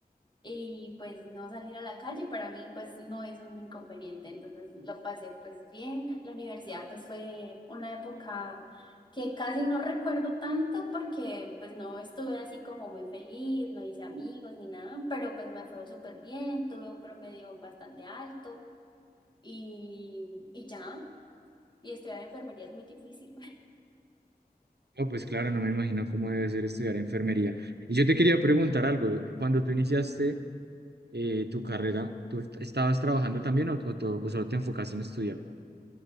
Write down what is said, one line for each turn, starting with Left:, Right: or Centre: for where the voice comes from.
Left: y pues no salir a la calle para mí pues no es un inconveniente, entonces lo pasé pues bien. La universidad pues fue una época que casi no recuerdo tanto porque pues no estuve así como muy feliz, no hice amigos ni nada, pero pues me fue súper bien, tuve un promedio bastante alto y, y ya, y estudiar enfermería es muy difícil.
Right: No, pues claro, no me imagino cómo debe ser estudiar enfermería. Y yo te quería preguntar algo, cuando tú iniciaste eh, tu carrera, ¿tú estabas trabajando también o, o to- o solo te enfocaste en estudiar?